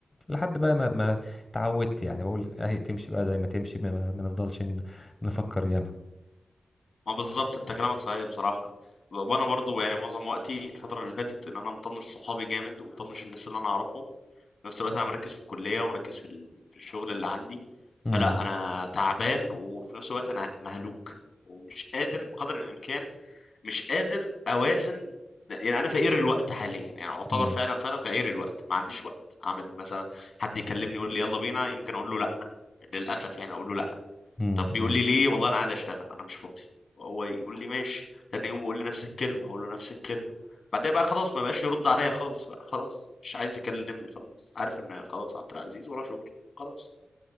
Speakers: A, on the left; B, on the left.
A: لحد بقى ما ما اتعودت يعني بقول اهي تمشي بقى زي ما تمشي ما, ما ما نفضلش ن- نفكر ياما
B: ما بالظبط انت كلامك صحيح بصراحة وانا برضو يعني معظم وقتي الفترة اللي فاتت ان انا مطنش صحابي جامد ومطنش الناس اللي انا اعرفهم في نفس الوقت انا مركز في الكليه ومركز في ال- في الشغل اللي عندي
A: امم
B: فلا انا تعبان وفي نفس الوقت انا مهلوك ومش قادر بقدر الامكان مش قادر اوازن يعني انا فقير الوقت حاليا يعني اعتبر
A: امم
B: فعلا فعلا فقير الوقت ما عنديش وقت اعمل مثلا حد يكلمني يقول لي يلا بينا يمكن اقول له لا للاسف يعني اقول له
A: امم
B: طب بيقول لي ليه والله انا قاعد اشتغل انا مش فاضي وهو يقول لي ماشي تاني يوم يقول لي نفس الكلمه اقول له نفس الكلمه بعدين بقى خلاص ما بقاش يرد عليا خالص بقى خلاص مش عايز يكلمني خلاص عارف ان خلاص عبد العزيز وراه شغل خلاص